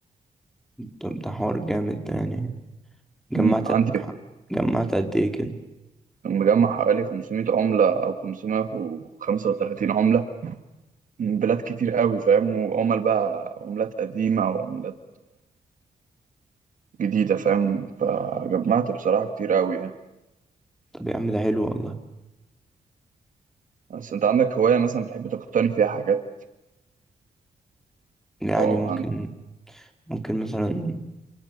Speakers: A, in the centre; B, on the right.
A: طب ده حوار جامد ده يعني جمعت
B: أمم، عندي
A: جمعت قد إيه كده
B: مجمع حوالي 500 عملة أو 535 عملة من بلاد كتير قوي فاهم وعمل بقى عملات قديمة وعملات جديدة فاهم فجمعت بصراحة كتير قوي يعني.
A: طب يا عم ده حلو والله
B: بس انت عندك هواية مثلا بتحب تقتني فيها حاجات
A: يعني
B: اه
A: ممكن
B: عن...
A: ممكن مثلا